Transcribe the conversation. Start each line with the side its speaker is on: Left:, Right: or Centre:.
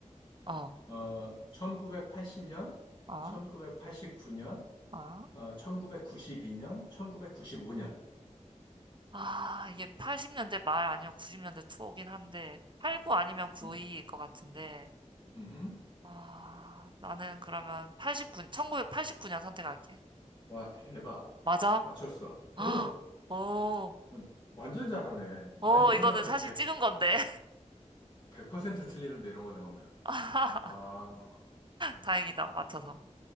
Right: 어,
Left: 어, 1980년,
Right: 어,
Left: 1989년,
Right: 어.
Left: 어, 1992년, 1995년.
Right: 아, 이게 80년대 말 아니면 90년대 초긴 한데, 89 아니면 92일
Left: 음,
Right: 것 같은데,
Left: 음.
Right: 아, 나는 그러면 89, 1989년 선택할게.
Left: 와, 대박.
Right: 맞아?
Left: 맞췄어.
Right: 아,
Left: 응.
Right: 오,
Left: 어, 완전 잘하네. 난
Right: 오,
Left: 이런
Right: 이거는
Left: 거 나오면
Right: 사실
Left: 100,
Right: 찍은 건데.
Left: 퍼센트 틀리는데 이런 거 나오면.
Right: <laughs>
Left: 와,
Right: 다행이다, 맞춰서.